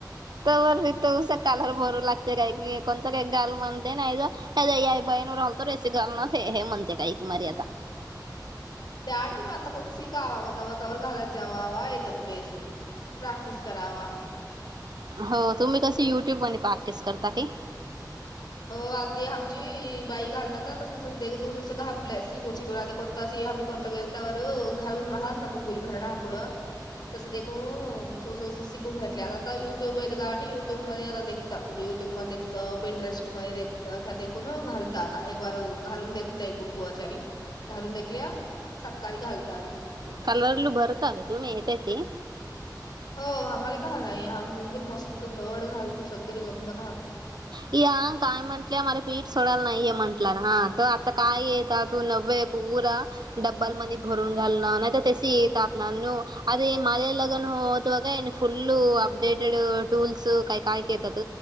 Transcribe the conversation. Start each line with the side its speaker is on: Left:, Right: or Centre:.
Right: तवररत उस कालर भरू लागते काय की कोणत काही गालू म्हणते नाही ज अई बाईण रालतो रेस घालना हे म्हणते काही क मारी आता
Left: त्याड तुम्ही आत्ता पणून शिकावा म व त्यावर घालात जावा येतं त बेस प्रॅक्टिस करा वा
Right: हो तुम्ही कस युट्यूब मध्ये प्रॅक्टिस करता काी
Left: हो आधी आमची बाई घालण तर तस देून तससं घातलं शिकून शिकून आध कोण? तस हमिक कोर्त गेलतवर घालून राहात न मुग गुल घरणापूड. तस देखो स शिकून घटले आता युट्यूब आहेत का युटू मध्ये आताखता युट्यूबमध्ये इंटरेटि देखून घालात आता एक बार घालून देखता एक बुक वरच्या आणि घालून देखल्या सकारी घालत
Right: कलरलू भरता म तुम्ही येतयची
Left: हो आम्हाला का नाही हा मुगल मस्त धड घालतो सगळे गमतह
Right: या काय म्हंटलं मला पीठ सोडायला नाहीय म्हटलं ना ह त आता काय य त्याातू नवे पूरा डब्ल मध्ये भरून घालण नाहीत तसे येतात ना अरे माझ्या लग्न हो होत ब काय फुल् अपडेटेड टूल्स काही काय येतात